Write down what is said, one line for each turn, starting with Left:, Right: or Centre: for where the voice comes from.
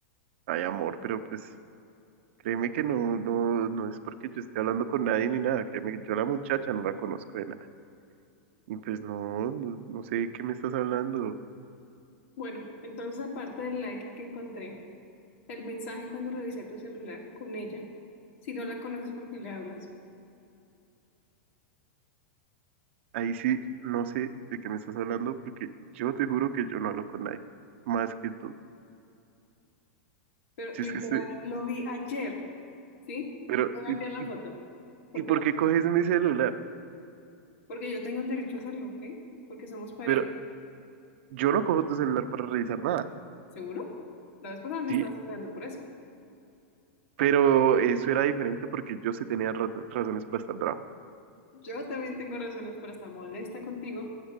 Right: ay, amor, pero pues créeme que no, no, no es porque yo esté hablando con nadie ni nada. Créeme que yo a la muchacha no la conozco de nada. Y pues no, no, no sé de qué me estás hablando.
Left: Bueno, entonces aparte del like que encontré, el mensaje cuando revisé tu celular con ella, si no la conoces porque le hablas,
Right: Ahí sí, no sé de qué me estás hablando porque yo te juro que yo no hablo con nadie más que tú.
Left: pero
Right: Si
Left: literal
Right: es que estoy,
Left: lo vi ayer, ¿sí?
Right: pero,
Left: Te Voy
Right: y,
Left: a enviar la
Right: y
Left: foto porque,
Right: ¿y por
Left: la
Right: qué coges mi celular?
Left: porque yo tengo el derecho a hacerlo, ¿ok? Porque somos pareja,
Right: Pero yo no cojo tu celular para revisar nada.
Left: ¿seguro? La vez pasada me
Right: Sí,
Left: estabas peleando por eso.
Right: pero eso era diferente porque yo sí tenía rata- razones para estar bravo.
Left: Yo también tengo razones para estar molesta contigo